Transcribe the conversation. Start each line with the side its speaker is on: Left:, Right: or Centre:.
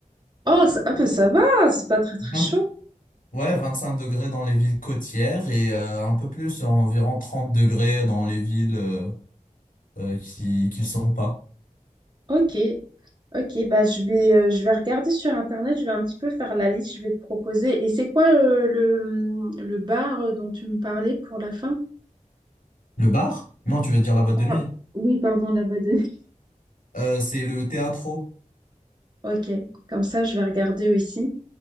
Right: Oh, ça, ah, bah, ça va, c'est pas très très
Left: Vingt-
Right: chaud.
Left: ouais, 25 degrés dans les villes côtières et euh, un peu plus, environ 30 degrés dans les villes euh, euh, qui, qui le sont pas.
Right: Ok, ok, bah je vais, euh, je vais regarder sur internet, je vais un petit peu faire la liste, je vais te proposer. Et c'est quoi euh, le, mm, le bar euh, dont tu me parlais pour la fin?
Left: Le bar? Non, tu veux dire la boîte
Right: Ah,
Left: de nuit.
Right: oui, pardon, la boîte de nuit. <laughs>
Left: Euh, c'est le théâtre.
Right: Ok, comme ça je vais regarder aussi.